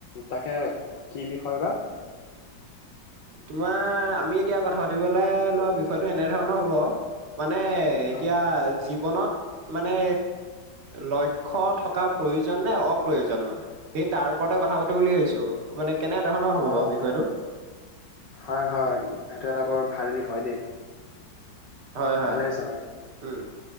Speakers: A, on the left; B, on the right.
A: তাকে কি বিষয় বা
B: তোমাৰ আমি এতিয়া কথা পাতিবলৈ লোৱা বিষয়টো এনেধৰণৰ হব মানে এতিয়া
A: হয়,
B: জী জীৱনত মানে লক্ষ্য থকা প্ৰয়োজন নে অপ্ৰয়োজন মানে আমি তাৰ ওপৰতে কথা পাতি বুলি ভাবিছো মানে কেনে ধৰণৰ হ'ব
A: অ',
B: বাৰু বিষয়টো
A: হয় হয় এইটো এটা বৰ ভাল বিষয় দেই
B: হয় হয়
A: ভালে হৈছে বাৰু
B: উম